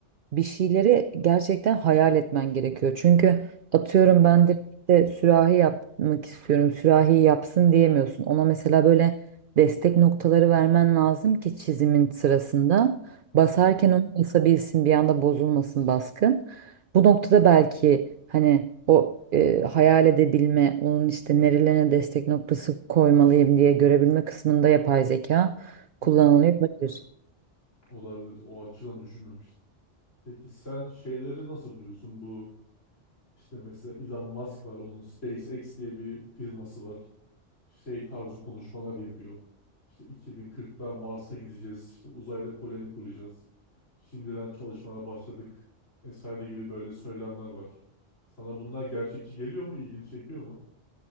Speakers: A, on the right; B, on the left.
A: bir şeyleri gerçekten hayal etmen gerekiyor. Çünkü atıyorum
B: Hı hı
A: ben direkt de sürahi yapmak istiyorum, sürahi yapsın diyemiyorsun. Ona mesela böyle destek noktaları vermen lazım ki çizimin sırasında basarken
B: hı
A: onu basabilsin, bir anda bozulmasın baskın. Bu noktada belki hani o e, hayal edebilme, onun işte nerelerine destek noktası koymalıyım diye görebilme kısmında yapay zeka
B: hı.
A: kullanılıyor
B: hı.
A: olabilir.
B: Olabilir. O açıdan düşünmemiştim. Peki sen şeyleri nasıl buluyorsun? Bu işte mesela Elon Musk var. Onun SpaceX diye bir firması var. şey tarzı konuşmalar yapıyor. İşte 2040'da Mars'a gideceğiz. İşte uzayda koloni kuracağız. Şimdiden çalışmana başladık. Vesaire gibi böyle söylemler var. Sana bunlar gerçekçi geliyor mu? İlgini çekiyor mu?